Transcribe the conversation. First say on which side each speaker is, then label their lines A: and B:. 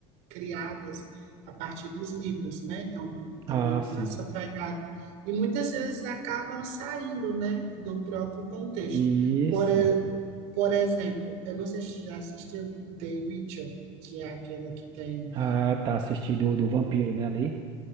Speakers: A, on the right; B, on the right.
A: criadas a partir dos livros, né? Então, estão
B: Ah,
A: muito
B: sim.
A: nessa pegada. E muitas vezes acabam saindo, né, do próprio contexto.
B: Isso.
A: Por, e- por exemplo, eu não sei se você já assistiu The Witcher, que é aquela que tem
B: Ah, tá assistido do do vampiro, né, ali?